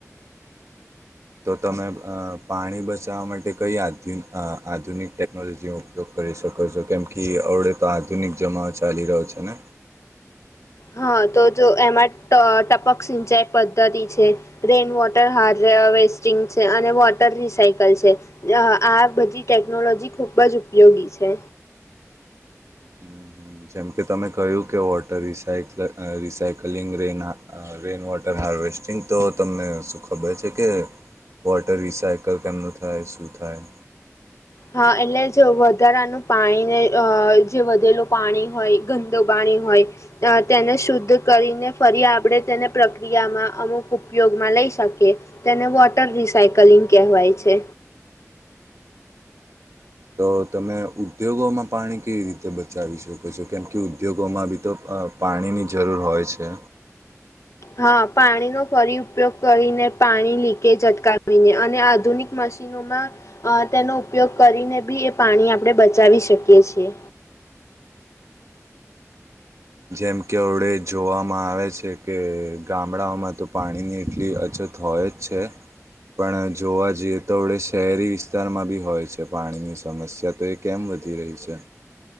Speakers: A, on the right (about 60°); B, on the left (about 65°).
A: તો તમે અ પાણી બચાવવા માટે કઈ આધુન આધુનિક ટેકનોલોજીઓ ઉપયોગ કરી શકો છો? કેમ કે અવડે તો આધુનિક જમાનો ચાલી રહ્યો છે ને?
B: હા તો જો એમાં ટ ટપક સિંચાઈ પદ્ધતિ છે રેઇન વોટર હાર વેસ્ટિંગ છે અને વોટર રિસાયકલ છે. અ આ બધી ટેકનોલોજી ખુબ જ ઉપયોગી છે.
A: હમ હમ જેમ કે તમે કહ્યું કે વોટર રિસાયકલ રિસાયકલિંગ રેના રેઇન વોટર હાર્વેસ્ટિંગ. તો તમને શું ખબર છે કે વોટર રિસાયકલ કેમનું થાય શું થાય?
B: હા! એટલે જો વધારાનું પાણીને અ જે વધેલું પાણી હોય ગંદું પાણી હોય અ તેને શુદ્ધ કરીને ફરી આપણે તેને પ્રક્રિયામાં અમુક ઉપયોગમાં લઈ શકીએ. તેને વોટર રિસાયકલિંગ કહેવાય છે.
A: તો તમે ઉદ્યોગોમાં પાણી કેવી રીતે બચાવી શકો છો? કેમ કે ઉદ્યોગોમાં બી તો અ પાણીની જરૂર હોય છે.
B: હા પાણીનો ફરી ઉપયોગ કરીને, પાણી લીકેજ અટકાવીને અને આધુનિક મશીન નોમાં અ તેનો ઉપયોગ કરીને બી એ પાણી આપણે બચાવી શકીએ છીએ.
A: જેમ કે અવળે જોવામાં આવે છે કે, ગામડાઓમાં તો પાણીની એટલી અછત હોય જ છે. પણ જોવા જઈએ તો આપડે શહેરી વિસ્તારમાં બી હોય છે પાણીની સમસ્યા. તો એ કેમ વધી રહી છે?